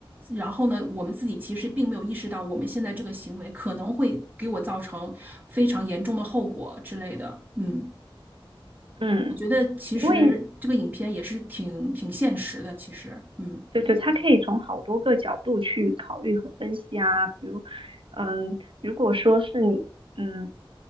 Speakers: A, on the right; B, on the right.
A: 然后呢，我们自己其实并没有意识到我们现在这个行为可能会给我造成非常严重的后果之类的。嗯，
B: 嗯，
A: 我觉得其实这个影片也是挺挺现实的，
B: 因为
A: 其实，嗯。
B: 对对，他可以从好多个角度去考虑和分析啊。比如，嗯，如果说是你，嗯，